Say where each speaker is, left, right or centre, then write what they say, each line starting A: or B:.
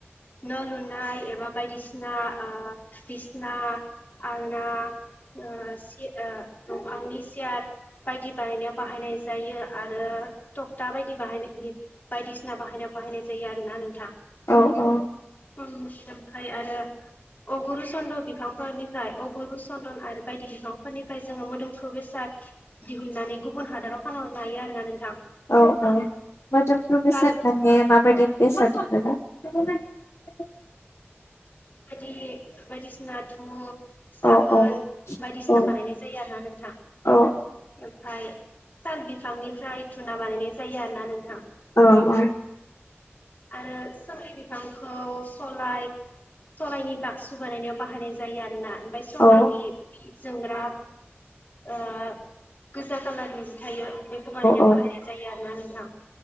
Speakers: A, on the left (about 45°); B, on the left (about 80°).
A: न' लुनाय एबा बायदिसिना बिसना ओ बिसना आलना। ओ सि ओ दंफांनि सियार। बायदि बानायनायाव बाहायनाय जायो आरो थकता बायदि बाहाय बायदिसिना बाहायनायाव। बाहायनाय जायो आरो ना नोंथां।
B: औ-औ।
A: ओमफ्राय आरो। अगुरु चन्द बिफांफोरनिफ्राय अगुरु चन्दन आरो बायदि बिफांफोरनिफ्राय जोङो मोदोम <unintelligible> बेसाद दिहुननानै गुबुन हादराव फानहरनो हायो आरोना नोंथां।
B: औ औ मोदोमफ्रु बेसाद
A: साल
B: माने माबायदि? बेसाद एबा <unintelligible>
A: बायदि बायदि सिनाथ' साबोन
B: औ औ
A: बायदि सिना
B: औ
A: बानायनाय जायो आरोना नोंथां
B: औ
A: ओमफाय साल बिफां निफ्राय धुना बानायनाय जायो आरो ना नों
B: औ औ।
A: आरो सोमलि बिफांखौ सलाय सलायनि बाक्सु बानाय नायाव बाहायनाय जायो आरो ना ओमफ्राय सलायनि
B: औ
A: जोमग्रा ओ गोजा खालारनि जि थायो बेखौ बानायनो
B: औ
A: बाहायनाय जायो आरोना नोंथां